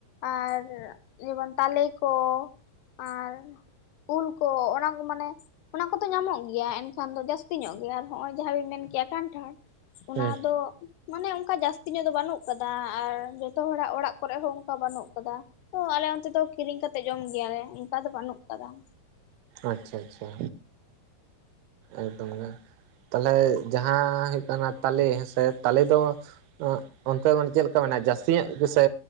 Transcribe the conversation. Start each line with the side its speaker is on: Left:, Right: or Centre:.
Left: ᱟᱨ ᱡᱮᱢᱚᱱ ᱛᱟᱞᱮ ᱠᱚ ᱟᱨ ᱩᱞ ᱠᱚ ᱚᱱᱟ ᱠᱚ ᱢᱟᱱᱮ ᱚᱱᱟ ᱠᱚᱫᱚ ᱧᱟᱢᱚᱜ ᱜᱮᱭᱟ ᱮᱱᱠᱷᱟᱱ ᱫᱚ ᱡᱟᱹᱥᱛᱤ ᱧᱚᱜ ᱜᱮ ᱦᱚᱜᱼᱚᱭ ᱡᱟᱦᱟᱸ ᱵᱤᱱ ᱢᱮᱱ ᱠᱮᱭᱟ ᱠᱟᱱᱴᱷᱟᱲ ᱾ ᱚᱱᱟ
Right: ᱦᱮᱸ
Left: ᱫᱚ ᱢᱟᱱᱮ ᱚᱝᱠᱟ ᱡᱟᱹᱥᱛᱤ ᱧᱚᱜ ᱫᱚ ᱵᱟᱹᱱᱩᱜ ᱠᱟᱫᱟ ᱟᱨ ᱡᱷᱚᱛᱚ ᱦᱚᱲᱟᱜ ᱚᱲᱟᱜ ᱠᱚᱨᱮ ᱦᱚᱸ ᱚᱱᱠᱟ ᱵᱟᱹᱱᱩᱜ ᱠᱟᱫᱟ ᱾ ᱛᱚ ᱟᱞᱮ ᱚᱱᱛᱮ ᱫᱚ ᱠᱤᱨᱤᱧ ᱠᱟᱛᱮᱜ ᱡᱚᱢ ᱜᱮᱭᱟᱞᱮ ᱩᱝᱠᱟ ᱫᱚ ᱵᱟᱹᱱᱩᱜ ᱠᱟᱫᱟ ᱾
Right: ᱟᱪᱪᱷᱟ ᱟᱪᱪᱷᱟ ᱮᱠᱫᱚᱢ ᱜᱮ ᱾ ᱛᱟᱞᱦᱮ ᱡᱟᱦᱟᱸ ᱦᱩᱭᱩᱜ ᱠᱟᱱᱟ ᱛᱟᱞᱮ ᱦᱮᱸ ᱥᱮ ᱛᱟᱞᱮ ᱫᱚ <inaudible> ᱚᱱᱛᱮ ᱜᱚᱱ ᱪᱮᱜ ᱞᱮᱠᱟ ᱢᱮᱱᱟᱜᱼᱟ ᱡᱟᱹᱥᱛᱤ ᱧᱚᱜ ᱜᱮᱥᱮᱼᱼ